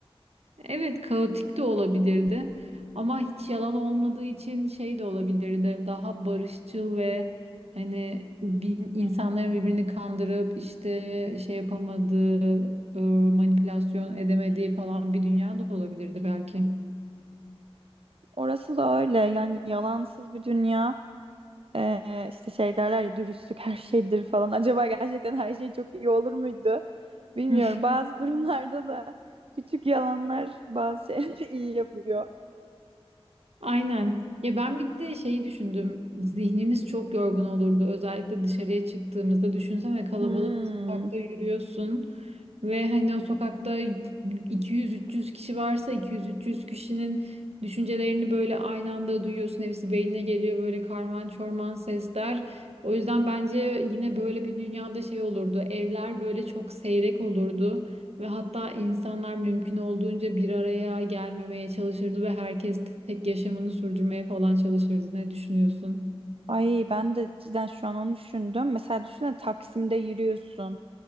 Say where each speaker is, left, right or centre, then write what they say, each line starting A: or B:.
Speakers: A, on the right; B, on the right.
A: Evet, kaotik de olabilirdi. Ama hiç yalan olmadığı için şey de olabilirdi. Daha barışçıl ve hani bir, insanların birbirini kandırıp işte şey yapamadığı, e, manipülasyon edemediği falan bir dünya da olabilirdi belki.
B: Orası da öyle. Yani yalansız bir dünya. Ee, işte şey derler ya dürüstlük her şeydir falan. Acaba gerçekten her şey çok iyi olur muydu? Bilmiyorum.
A: <laughs>
B: Bazı durumlarda da küçük yalanlar bazı şeyleri <laughs> iyi yapıyor.
A: Aynen. Ya ben bir de şeyi düşündüm. Zihnimiz çok yorgun olurdu. Özellikle dışarıya çıktığımızda düşünsene kalabalık
B: Hmm.
A: bir sokakta yürüyorsun ve hani o sokakta 200-300 kişi varsa 200-300 kişinin düşüncelerini böyle aynı anda duyuyorsun. Hepsi beynine geliyor böyle karman çorman sesler. O yüzden bence yine böyle bir dünyada şey olurdu. Evler böyle çok seyrek olurdu. Ve hatta insanlar mümkün olduğunca bir araya gelmemeye çalışırdı ve herkes tek yaşamını sürdürmeye falan çalışırdı. Ne düşünüyorsun?
B: Ay ben de cidden şu an onu düşündüm. Mesela düşünsene Taksim'de yürüyorsun